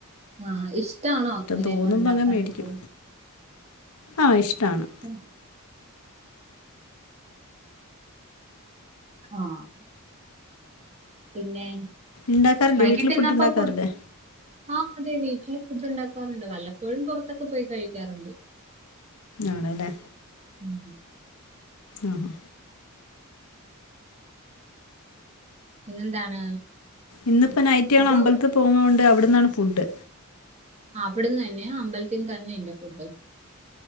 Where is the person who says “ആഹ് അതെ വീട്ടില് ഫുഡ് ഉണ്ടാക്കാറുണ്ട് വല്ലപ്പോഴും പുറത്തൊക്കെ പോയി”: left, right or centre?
Right